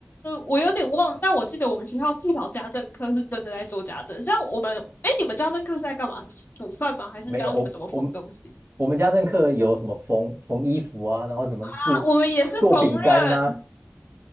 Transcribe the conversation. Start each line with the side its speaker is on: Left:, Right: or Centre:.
Left: 我有点忘了但我记得我们学校至少家政课是真的在做家政。像我们，哎，你们家政课是在干嘛？煮饭吗？还是教你们怎么缝东西
Right: 没有，我我们我们家政课有什么缝缝衣服啊，然后怎么做
Left: 啊？我们也是缝纫，
Right: 做饼干呐、